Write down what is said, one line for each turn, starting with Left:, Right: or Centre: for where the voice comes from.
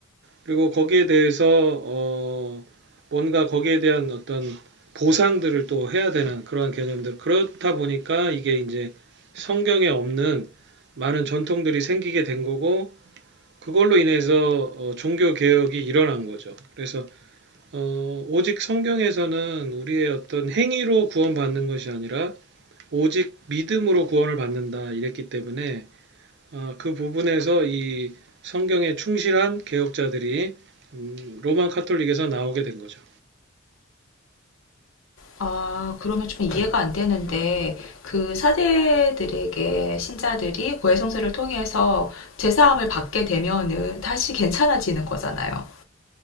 Right: 그리고 거기에 대해서 어, 뭔가 거기에 대한 어떤 보상들을 또 해야 되는 그러한 개념들 그렇다 보니까 이게 이제 성경에 없는 많은 전통들이 생기게 된 거고 그걸로 인해서 어, 종교 개혁이 일어난 거죠. 그래서 어, 오직 성경에서는 우리의 어떤 행위로 구원받는 것이 아니라 오직 믿음으로 구원을 받는다 이랬기 때문에 어, 그 부분에서 이 성경에 충실한 개혁자들이 음, 로마 카톨릭에서 나오게 된 거죠.
Left: 아, 그러면 좀 이해가 안 되는데 그 사제들에게 신자들이 고해 성사를 통해서 제사함을 받게 되면은 다시 괜찮아지는 거잖아요.